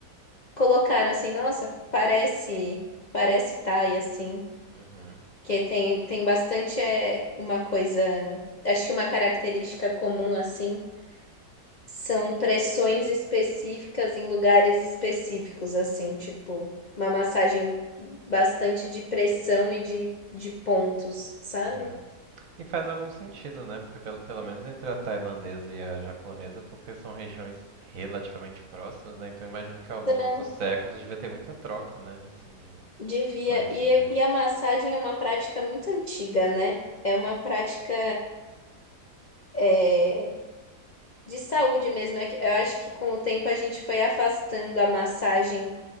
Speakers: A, on the left (about 65°); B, on the right (about 60°).
A: colocaram assim, nossa, parece parece thai assim.
B: Uhum.
A: Que tem, tem bastante é, uma coisa. Acho que uma característica comum, assim, são pressões específicas em lugares específicos, assim, tipo, uma massagem bastante de pressão e de, de pontos, sabe?
B: Uhum. E faz algum sentido, né? Porque pelo, pelo menos entre a tailandesa e a japonesa, porque são regiões relativamente próximas, né? Então imagino que ao longo
A: Então,
B: dos séculos devia ter muita troca, né? Assim, de
A: devia.
B: conhecimento.
A: E, e a massagem é uma prática muito antiga, né? É uma prática. é, De saúde mesmo, é que eu acho que com o tempo a gente foi afastando a massagem